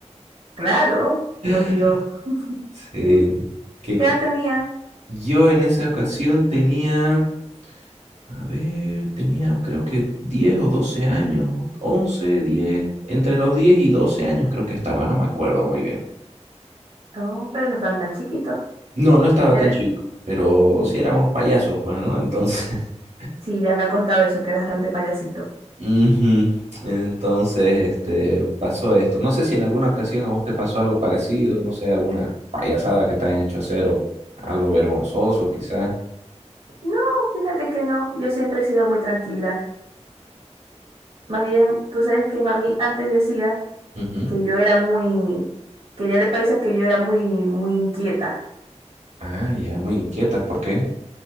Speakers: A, on the right; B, on the right.
A: Claro,
B: <laughs>
A: por Dios.
B: Sí.
A: Mm,
B: Que,
A: ¿Qué
B: que-
A: edad tenían?
B: yo en esa ocasión tenía, a ver, tenía creo que 10 o 12 años, 11, 10, entre los diez y 12 años creo que estaba, no me acuerdo muy bien.
A: Oh, pero no estaban tan chiquitos.
B: No, no estaba
A: Era-
B: tan chico, pero sí éramos payasos, pues, ¿no? Entonces, <laughs>
A: Sí, ya me ha contado eso, que era bastante payasito.
B: ujú, Entonces, este, pasó esto. No sé si en alguna ocasión a vos te pasó algo parecido, no sé, alguna payasada que te hayan hecho hacer o algo vergonzoso, quizás.
A: No, fíjate que no, yo siempre he sido muy tranquila. Más bien, tú sabes que mami antes decía
B: Ujú, ujú.
A: que yo era muy, que ya le parecía que yo era muy, muy inquieta.
B: Ah, ya, muy inquietas, ¿por qué?